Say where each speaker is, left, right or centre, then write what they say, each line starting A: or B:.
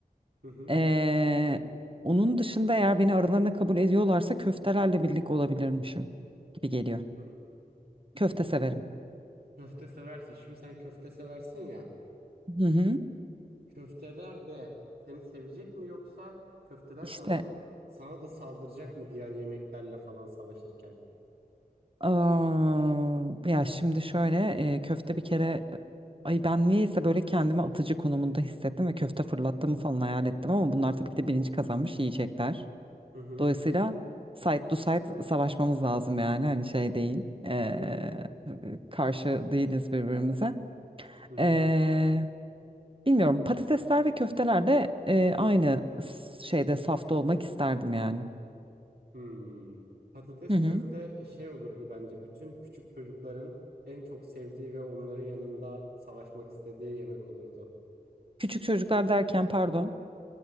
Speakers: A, on the right; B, on the right.
A: hı hı.
B: Ee, onun dışında eğer beni aralarına kabul ediyorlarsa köftelerle birlik olabilirmişim gibi geliyor.
A: hı.
B: Köfte severim.
A: Köfte seversin. Şimdi sen köfte seversin ya.
B: Hı hı.
A: Köfteler de seni sevecek mi yoksa köfteler
B: İşte
A: sana sana da saldıracak mı diğer yemeklerle falan savaşırken?
B: Aa, ya şimdi şöyle e, köfte bir kere ay ben niyeyse böyle kendimi atıcı konumunda hissettim ve köfte fırlattığımı falan hayal ettim ama bunlar tabii ki de bilinci kazanmış yiyecekler.
A: Hı hı
B: Dolayısıyla side to side savaşmamız lazım yani hani şey değil e,
A: hı hı
B: karşı değiliz birbirimize.
A: hı hı.
B: E, bilmiyorum patatesler ve köfteler de e, aynı s- şeyde safta olmak isterdim yani.
A: Hmm. Patates
B: Hı hı.
A: köfte şey olurdu bence bütün küçük çocukların en çok sevdiği ve onların yanında savaşmak istediği yemek olurdu.
B: Küçük çocuklar derken pardon.